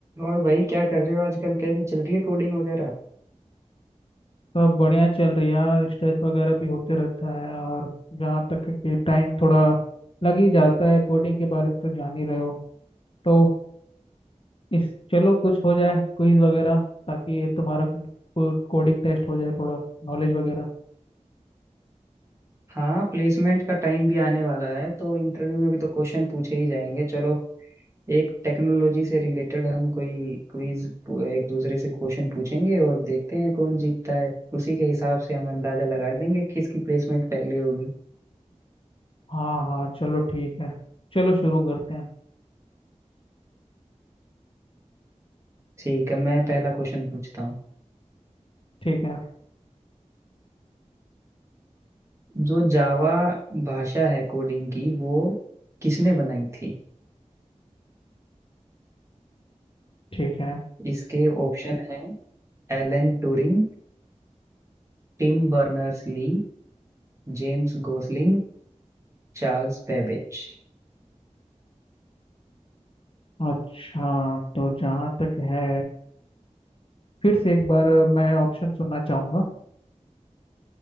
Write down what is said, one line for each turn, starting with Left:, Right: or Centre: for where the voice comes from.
Right: और भाई क्या कर रहे हो आजकल कैसी चल रही है कोडिंग वगैरह
Left: सब बढ़िया चल रही है यार स्ट्रेस वगैरह भी होते रहता है और जहाँ तक है कि टाइम थोड़ा लग ही जाता है कोडिंग के बारे में तो जान ही रहे हो तो इस चलो कुछ हो जाए क्विज वगैरह ताकि ये तुम्हारा कोडिंग टेस्ट हो जाए थोड़ा नॉलेज वगैरह
Right: हाँ प्लेसमेंट का टाइम भी आने वाला है तो इंटरव्यू में भी तो क्वेश्चन पूछे ही जाएंगे चलो एक टेक्नोलॉजी से रिलेटेड हम कोई क्विज एक दूसरे से क्वेश्चन पूछेंगे और देखते हैं कौन जीतता है उसी के हिसाब से हम अंदाजा लगा लेंगे किसकी प्लेसमेंट पहले होगी
Left: हाँ हाँ चलो ठीक है चलो शुरू करते हैं
Right: ठीक है मैं पहला क्वेश्चन पूछता हूँ
Left: ठीक है
Right: जो जावा भाषा है कोडिंग की वो किसने बनाई थी
Left: ठीक है
Right: इसके ऑप्शन है Alan Turing Tim Berners Lee James Gosling Charles Babbage
Left: अच्छा तो जहाँ तक है फिर से एक बार मैं ऑप्शन सुनना चाहूँगा